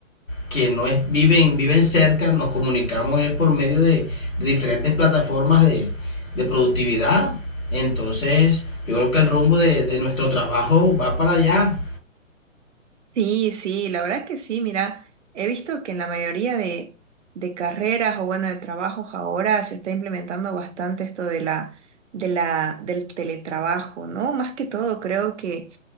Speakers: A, on the left (about 85°); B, on the right (about 60°).
A: que no es, viven, viven cerca, nos comunicamos es por medio de, de diferentes plataformas de, de productividad. Entonces, yo creo que el rumbo de, de nuestro trabajo va para allá.
B: Sí, sí, la verdad que sí, mira, he visto que en la mayoría de, de carreras o bueno, de trabajos ahora se está implementando bastante esto de la, de la, del teletrabajo, ¿no? Más que todo creo que